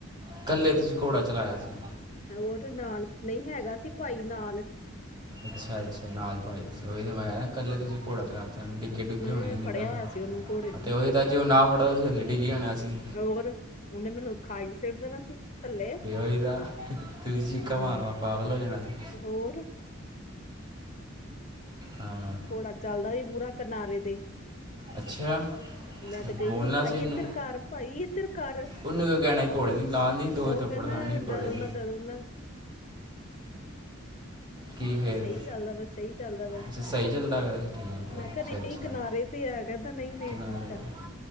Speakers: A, on the right; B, on the left.
A: ਇਕੱਲੇ ਤੁਸੀਂ ਘੋੜਾ ਚਲਾਇਆ ਸੀ।
B: ਉਹ ਨਾਲ ਨਹੀਂ ਹੈਗਾ ਸੀ ਭਾਈ ਨਾਲ।
A: ਅੱਛਾ, ਅੱਛਾ ਨਾਲ ਭਾਈ ਸੀ ਉਹੀ ਹੋਇਆ ਇਕੱਲੇ ਤੁਸੀਂ ਘੋੜਾ ਚਲਾ ਡਿੱਗੇ ਡੁਗੇ ਹੋਣੇ
B: ਉਹਨੇ
A: ਨਹੀਂ
B: ਫੜਿਆ
A: ਤਾਂ
B: ਹੋਇਆ ਸੀ ਉਹਨੂੰ ਘੋੜੇ ਨੂੰ
A: ਅਤੇ ਉਹੀ ਤਾਂ ਜੇ ਉਹ ਨਾ ਫੜਾ ਥਲੇ ਡਿੱਗੇ ਹੋਣੇ ਸੀ।
B: ਹੋਰ ਉਹਨੇ ਮੈਨੂੰ ਖਾਈ ਸਿੱਟ ਦੇਣਾ ਸੀ। ਥੱਲੇ
A: ਕੇ ਵਾਈ ਦਾ ਤੁਸੀਂ ਚਿੱਕਾ
B: ਹਾਂ
A: ਮਾਰ ਮਾਰ ਪਾਗਲ ਹੋ ਜਾਣਾ ਸੀ।
B: ਹੋਰ
A: ਹਾਂ
B: ਘੋੜਾ ਚੱਲਦਾ ਪੂਰਾ ਕਿਨਾਰੇ ਤੇ।
A: ਅੱਛਾ।
B: ਮੈਂ ਤੇ ਕਹੀ
A: ਬੋਲਣਾ
B: ਮੈਂ ਭਾਈ
A: ਸੀ ਉਹਨੂੰ
B: ਇੱਧਰ ਕਰ ਭਾਈ ਇੱਧਰ ਕਰ
A: ਉਹਨੂੰ ਕੀ ਕਹਿਣਾ ਸੀ ਘੋੜੇ ਨੇ ਲਾ ਦੀ ਦੋ
B: ਉਹ
A: ਥੱਪੜ
B: ਕਹਿੰਦਾ
A: ਲਾਣੀ
B: ਡਰੋ
A: ਘੋੜੇ
B: ਨਾ ਡਰੋ ਨਾ
A: ਕੀ ਖੈਰ
B: ਸਹੀ ਚੱਲਦਾ ਪਿਆ ਸਹੀ ਚੱਲਦਾ ਪਿਆ
A: ਅੱਛਾ ਸਹੀ ਚੱਲਦਾ ਪਿਆ ਸੀ ਠੀਕ
B: ਮੈਂ
A: ਹੈ
B: ਕਿਹਾ ਨਹੀਂ
A: ਅੱਛਾ ਅੱਛਾ
B: ਕਿਨਾਰੇ ਤੇ ਹੈਗਾ ਨਹੀਂ ਨਹੀਂ
A: ਕਿਨਾਰੇ
B: ਠੀਕ ਆ
A: ਤੇ